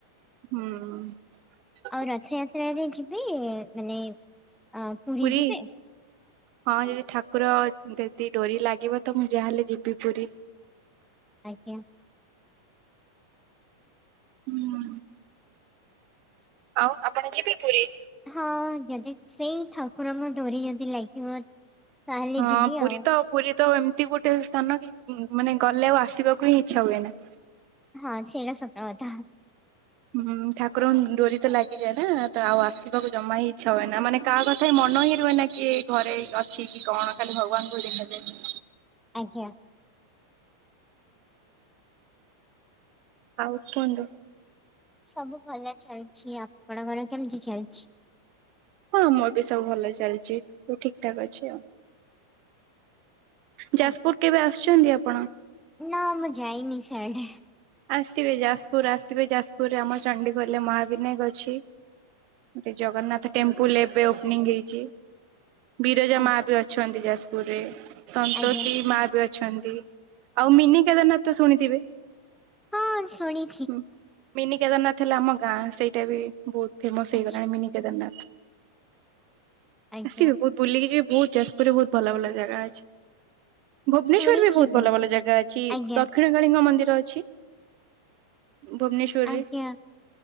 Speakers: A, on the right; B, in the centre.
A: ହୁଁ।
B: ଆଉ ରଥଯାତ୍ରାରେ ଯିବେ ମାନେ ଅ
A: ପୁରୀ?
B: ଯିବେ?
A: ହଁ ଯଦି ଠାକୁର ଯଦି ଡୋରି ଲାଗିବ ତ ମୁଁ ଯାହାହେଲେ ଯିବି ପୁରୀ।
B: ଆଜ୍ଞା।
A: ହୁଁ ଆଉ ଆପଣ ଯିବେ ପୁରୀ?
B: ହଁ ଯଦି ସେଇ ଠାକୁରଙ୍କ ଡୋରି ଯଦି ଲାଗିବ ତାହେଲେ
A: ହଁ
B: ଯିବି
A: ପୁରୀ
B: ଆଉ
A: ତ ପୁରୀ ତ ଏମତି ଗୋଟେ ସ୍ଥାନ କି ମାନେ ଗଲେ ଆଉ ଆସିବାକୁ ହିଁ ଇଚ୍ଛା ହୁଏ ନା।
B: ହଁ ସେଟା ସତ କଥା।
A: ହୁଁ ଠାକୁରଙ୍କ ଡୋରି ତ ଲାଗିଯାଏ ନା ତ ଆଉସିବାକୁ ଜମା ହି ଇଚ୍ଛା ହୁଏ ନା। ମାନେ କାହା କଥା ମନ ହିଁ ରୁହେ ନା କି କିଏ ଘରେ ଅଛି କି କଣ। ଖାଲି ଭଗବାନଙ୍କୁ ଦେଖା ଯାଏ।
B: ଆଜ୍ଞା।
A: ଆଉ କୁହନ୍ତୁ?
B: ସବୁ ଭଲ ଚାଲିଛି। ଆପଣଙ୍କର କେମିତି ଚାଲିଛି?
A: ହଁ ମୋର ବି ସବୁ ଭଲ ଚାଲିଛି। ସବୁ ଠିକ ଠାକ ଅଛି ଆଉ। ଯାଜପୁର
B: ଆଜ୍ଞା।
A: କେବେ ଆସୁଛନ୍ତି ଆପଣ?
B: ନା ମୁଁ ଯାଇନି ସିଆଡ଼େ।
A: ଆସିବେ ଯାଜପୁର ଆସିବେ। ଯାଜପୁର ରେ ଆମ ଚଣ୍ଡିଖୋଲ ମହାବିନାୟକ ଅଛି। ଗୋଟେ ଜଗନ୍ନାଥ ଟେମ୍ପୁଲ ଏବେ ଓପନିଂ ହେଇଛି। ବିରଜା
B: ଆଜ୍ଞା
A: ମା ବି ଅଛନ୍ତି ଯାଜପୁର ରେ, ସନ୍ତୋଷୀ
B: ଆଜ୍ଞା
A: ମା ବି ଅଛ ଛନ୍ତି ଆଉ ମିନି କେଦାରନାଥ ତ ଶୁଣିଥିବେ?
B: ହଁ-ଅ-ଅ ଶୁଣି
A: ହୁଁ ମିନି କେଦାରନାଥ ହେଲେ ଆମ ଗାଁ ସେଇଟା ବି ବହୁତ ଫେମସ୍
B: ଆଛା
A: ହେଇଗଲାଣି ମିନି କେଦାରନାଥ।
B: ଆଜ୍ଞା
A: ଆସିବି ବହୁତ ବୁଲିକି ଯିବି ବହୁତ ଯାଜପୁରରେ ବହୁତ ଭଲ ଭଲ ଜାଗା ଅଛି। ଭୁବନେଶ୍ୱର
B: ଶୁଣିଛି
A: ବି ବହୁତ ଭଲ ଭଲ
B: କିଛି
A: ଜାଗା ଅଛି
B: ଆଜ୍ଞା
A: ଦ କ୍ଷିଣ କାଳୀ ମନ୍ଦିର ଅଛି ଭୁବନେଶ୍ଵରରେ।
B: ଆଜ୍ଞା